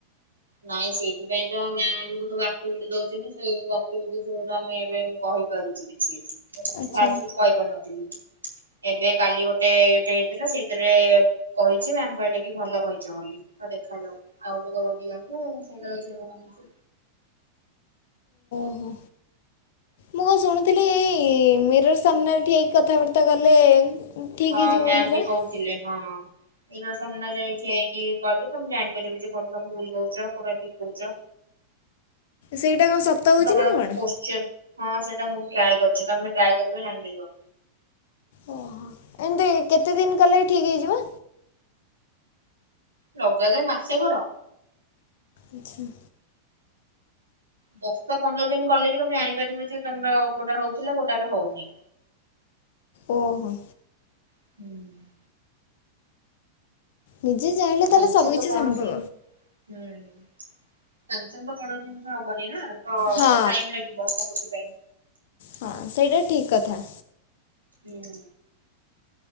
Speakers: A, on the right; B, on the left.
A: ନାଇଁ ସେଇଥିପାଇଁ ତ ମ୍ୟାମ ଆମୁକୁ ସବୁ ଆକ୍ଟିଭିଟି ଦୋଉଛନ୍ତି ସେଇ ଆକ୍ଟିଭିଟି ଆମେ ଏବେ କହିପାରୁ କି କିଛି କିଛି ମୁଁ ତ କିଛି
B: ଆଚ୍ଛା
A: ଫାଷ୍ଟରୁ କିଛି କହିପାରୁନଥିଲି ଏବେ କାଲି ଗୋଟେ ଇଏଟେ ହେଇଥିଲା ସେଇଥିରେ କହିଚି ମ୍ୟାମ କହିଲେ କି ଭଲ କହିଚ ବୋଲି। ତ ଦେଖାଯାଉ ଆଉ ଗୋଟେ ଦିଅନ୍ତୁ ସେଇଟା ରଖି
B: ଓ ହୋ ମୁଁ କଣ ଶୁଣୁଥିଲି ଏଇ ମିରର ସାମ୍ନାରେ ଠିଆ ହେଇ କଥାବାର୍ତ୍ତା କଲେ ଠିକ୍
A: ହଁ
B: ହେଇଯିବ
A: ମ୍ୟାମ
B: ବୋଲି କଣ
A: ବି କହୁଥିଲେ ହଁ ମିରର ସାମ୍ନାରେ ଠିଆ ହେଇକି କଲେ ତମେ ଜାଣିପାରିବ ଯେ କୋଉଟା ତମେ ଭୁଲ କହୁଚ କୋଉଟା ଠିକ୍ କହୁଚ
B: ସେଇଟା କଣ ସତ ହଉଚି
A: ତମର
B: ନା କଣ?
A: ପୋଶ୍ଚର ହଁ ସେଇଟା ମୁଁ ବି ଟ୍ରାଏ କରିଚି ତମେ ଟ୍ରାଏ କରିବ ଜାଣିପାରିବ।
B: ଓ ହୋ ଏମତି କେତେଦିନ କଲେ ଠିକ୍ ହେଇଯିବ?
A: ଲଗାତର ମାସେ କର।
B: ଆଚ୍ଛା
A: ଦଶ ପନ୍ଦରଦିନ କଲେ ବି ତମେ ଜାଣିପାରିବ ଯେ ତମର କୋଉଟା ହଉଥିଲା କୋଉଟା ଏବେ ହଉନି।
B: ଓ ହୋ
A: ହୁଁ
B: ନିଜେ ଚାହିଁଲେ
A: ସାଙ୍ଗେ
B: ତାହେଲେ ସବୁକିଛି
A: ସାଙ୍ଗେ ତ କୌଣସି
B: ସମ୍ଭବ।
A: ହୁଁ ସାଙ୍ଗେ ସାଙ୍ଗେ ତ କୌଣସି ଜିନିଷ ହବନି ନା ତ
B: ହଁ
A: ଟାଇମ ଲାଗିବ କଉଁଥିପାଇଁ
B: ହଁ ସେଇଟା ଠିକ୍ କଥା।
A: ହଁ।